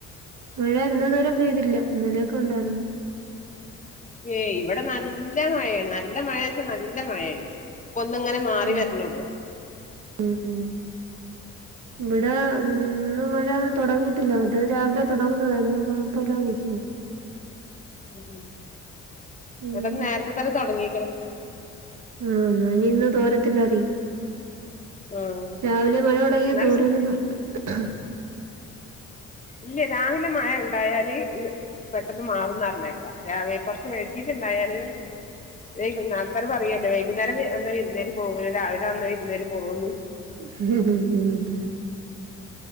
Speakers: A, on the right; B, on the left.
A: മഴ ഇന്ന് വരെ പെയ്തില്ല ഇന്നലെയൊക്കെ ഉണ്ടായിരുന്നു
B: ഏ ഇവിടെ നല്ല മഴയാണ് നല്ല മഴച്ചാ നല്ല മഴയാണ് ഇപ്പ ഒന്ന് ഇങ്ങനെ മാറി
A: ഉം
B: വരണള്ളൂ
A: ഉം ഉം ഇവിടെ ഇന്ന് മഴ തുടങ്ങിയിട്ടില്ല മറ്റേത് രാവിലെ തുടങ്ങുന്നത ഇന്നും കുഴപ്പല്ലാതെ നിക്കുന്നു
B: ഉം
A: ഉം
B: ഇവിടന്ന് നേരത്തെ തന്നെ തുടങ്ങിക്കണ്
A: ആ ഇനി ഇന്ന് തോരത്തില്ലരിക്കും
B: ആഹ്
A: രാവിലെ മഴ തുടങ്ങയ
B: എന്നാലും
A: തോരൂലന്നാ
B: ശ-
A: <unintelligible>
B: ഇല്ല രാവിലെ മഴ ഉണ്ടായാല് പെട്ടെന്ന് മാറുന്നറിഞ്ഞേക്കാ രാവിലെ കുറച്ച് വൈകീട്ട് പയറ് വൈകുന്ന ആൾക്കാര് പറയോലോ വൈകുന്നേരം വന്ന വിരുന്നേര് പോകൂല രാവിലെ വന്ന വിരുന്നേര് പോവുന്ന്
A: ഉം